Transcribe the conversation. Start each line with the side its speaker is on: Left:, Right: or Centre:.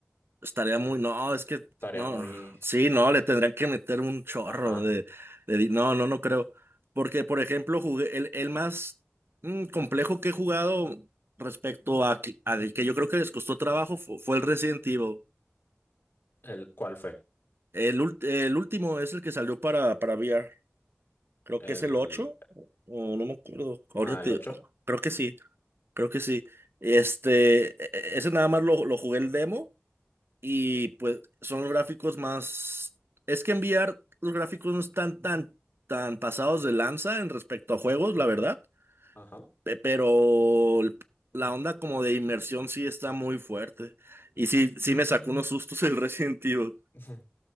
Right: Estaría
Left: no,
Right: muy, no, es que,
Left: tarea
Right: no,
Left: muy...
Right: sí, no, le tendrían que meter un chorro
Left: Ajá.
Right: de, de di- no, no, no creo. Porque, por ejemplo, jugué, el, el más mm, complejo que he jugado respecto a, que- al que yo creo que les costó trabajo fu- fue, el Resident Evil.
Left: El, ¿cuál fue?
Right: El, ult- el último es el que salió para, para VR. Creo
Left: El...
Right: que es el 8 o no me acuerdo. Ahorita
Left: Ah,
Right: te,
Left: el ocho,
Right: creo que sí, creo que sí. Este, e- e- ese nada más lo, lo jugué el demo Y pues son los gráficos más... Es que en VR los gráficos no están tan, tan pasados de lanza en respecto a juegos, la verdad.
Left: Ajá.
Right: Pe- Pero el- la onda como de inmersión sí está muy fuerte. Y sí, sí me sacó unos sustos el Resident Evil.
Left: <laughs>